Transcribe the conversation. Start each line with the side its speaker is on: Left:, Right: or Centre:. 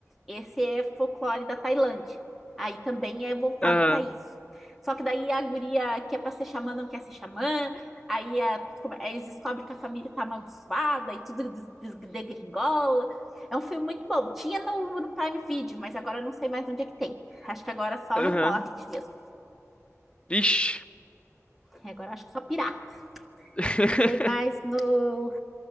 Centre: Esse é folclore da Tailândia. Aí também é voltado
Left: aham,
Centre: para isso. Só que daí a guria que é para ser xamã não quer ser xamã, aí a- come- aí eles descobrem que a família tá amaldiçoada e tudo des- des- degringola. É um filme muito bom. Tinha no, no Prime Video, mas agora eu não sei mais onde é que tem. Acho que agora é só
Left: aham.
Centre: no Torrent mesmo.
Left: Ixi.
Centre: É, Agora acho que só pirata.
Left: <laughs>
Centre: Não tem mais no,